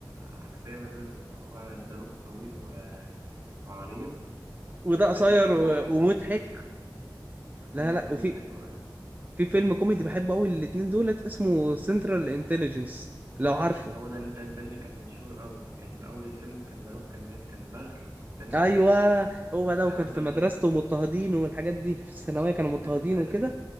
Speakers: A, on the right; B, on the right.
A: عكسية ما بينهم هو الزاروك طويل و... وعريض والتاني
B: وده قصير
A: وأبيض
B: و- ومضحك
A: والتاني آه آه. التاني
B: لا لا
A: إسامة
B: وفي
A: حاجة
B: في فيلم كوميدي بحبه قوي الاتنين دولت اسمه سنترال انتليجنس لو عارفه
A: ما هو ده ده, ده اللي كان مشهور قوي كان أول الفيلم كان زاروك كان باين كان بغل والتاني
B: ايوه
A: كان طويل
B: هو ده
A: أيوة
B: وكان في
A: ده
B: مدرسته
A: خزن
B: مضطهدين والحاجات دي في الثانويه كانوا مضطهدين
A: أيوه
B: وكده
A: أيوه